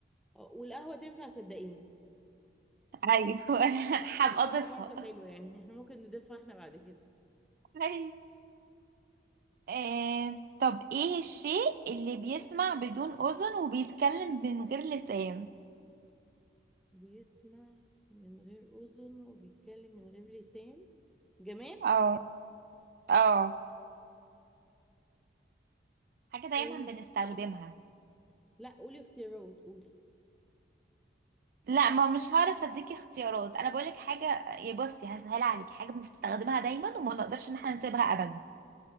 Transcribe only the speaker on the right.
ايوه <laughs> انا هبقى
اضيفها
أيوة. آه، طب ايه الشيء اللي بيسمع بدون اذن وبيتكلم من غير لسان
اه اه حاجة دايما
بنستخدمها
لا ما مش هعرف اديكي اختيارات انا بقولك حاجه يا بصي هسهل عليك حاجه بنستخدمها دايما وما نقدرش ان احنا نسيبها ابدا